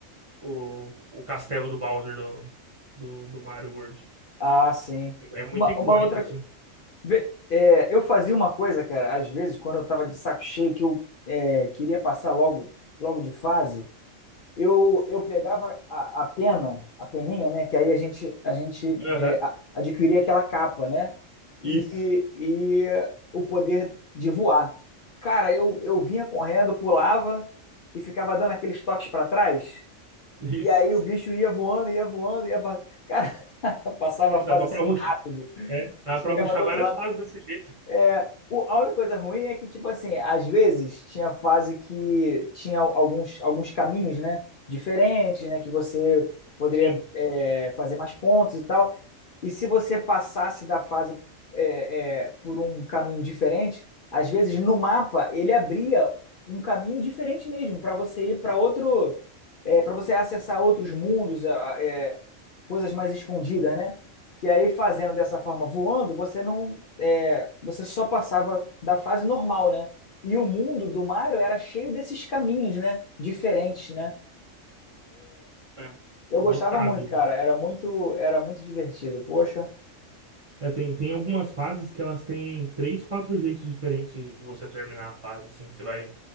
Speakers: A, on the right (about 35°); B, on the left (about 55°).
A: o, o Castelo do Bowser do, do, do Mario World.
B: Ah, sim.
A: É muito
B: Uma,
A: icônico,
B: uma outra.
A: assim.
B: co- Vê, é, eu fazia uma coisa, cara, às vezes, quando eu tava de saco cheio, que eu é, queria passar logo, logo de fase. eu, eu pegava a, a pena, a peninha, né? Que aí a gente, a gente
A: Aham.
B: é, a- adquiria aquela capa, né? E,
A: Isso.
B: e o poder de voar. Cara, eu, eu vinha correndo, pulava e ficava dando aqueles toques para trás.
A: Isso.
B: E aí o bicho ia voando, ia voando, ia. pa- Cara, <laughs> passava
A: É,
B: a fase
A: dava
B: assim
A: pra ruxar.
B: rápido.
A: É, dava
B: Chegava
A: pra ruxar
B: do outro
A: várias
B: lado
A: fases desse jeito.
B: é, o- a única coisa ruim é que, tipo assim, às vezes tinha fase que tinha alguns, alguns caminhos, né? Diferentes, né? Que você poderia,
A: Sim.
B: é, fazer mais pontos e tal. E se você passasse da fase é, é, por um caminho diferente, às vezes no mapa ele abria um caminho diferente mesmo, para você ir para outro, para você acessar outros mundos, a- é, coisas mais escondidas, né? Que aí fazendo dessa forma, voando, você não, é, você só passava da fase normal, né? E o mundo do Mario era cheio desses caminhos, né? Diferentes, né?
A: É.
B: Eu gostava
A: Lotado.
B: muito, cara. Era muito, era muito divertido. Poxa,
A: É, tem, tem algumas fases que elas têm três, quatro jeitos diferentes de, de você terminar a fase, assim. Você vai